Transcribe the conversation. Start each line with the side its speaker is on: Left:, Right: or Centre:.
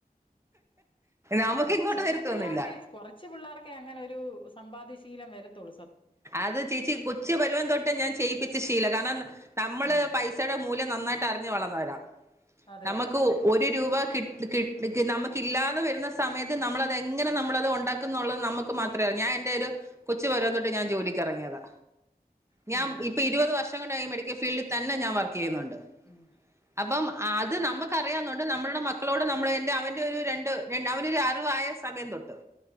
Right: നമുക്ക്
Left: ആ
Right: ഇങ്ങോട്ട്
Left: ചെല
Right: തരത്തൊന്നുമില്ല
Left: പിള്ളേർക്കെ കൊറച്ച് പിള്ളേർക്കെ അങ്ങനെ ഒരു സമ്പാദി ഷീ ശീലം വരെത്തുള്ളൂ.
Right: അത് ചേച്ചി കൊച്ചു പരുവൻ തൊട്ട് ഞാൻ ചെയ്യിപ്പിച്ച ശീലം കാരണം നമ്മള്
Left: ഉം
Right: പൈസയുടെ മൂല്യം നന്നായിട്ട് അറിഞ്ഞ് വളർന്നവരാ.
Left: അതെ
Right: നമക്ക്
Left: അതെ
Right: ഒരു രൂപ കിട്ട് കിട്ട് കി നമക്ക് ഇല്ലാതെ വരുന്ന സമയത്ത് നമ്മളത് എങ്ങനെ നമ്മളത് ഉണ്ടാക്കുന്നുള്ളത് നമക്ക് മാത്രെ ഞാൻ എന്റെ ഒരു കൊച്ചുപരുവം തൊട്ട് പ്പ ഞാൻ ജോലിക്ക് ഇറങ്ങിയതാ.
Left: പിന്നെ
Right: ഞാൻ ഇപ്പ ഇരുപത് വർഷം ഷാണ്ടായി മെഡിക്കൽ ഫീൽഡ് തന്നെ ഞാൻ വർക്ക് ചെയ്യുന്നുണ്ട്.
Left: അതെ ഉം
Right: അപ്പം അത് നമുക്കറിയാന്നോണ്ട് നമ്മളുടെ മക്കളോട് നമ്മള് എന്റെ അവന്റെ ഒരു രണ്ട് രണ്ട് അവനൊരു അറിവായ സമയം തൊട്ട്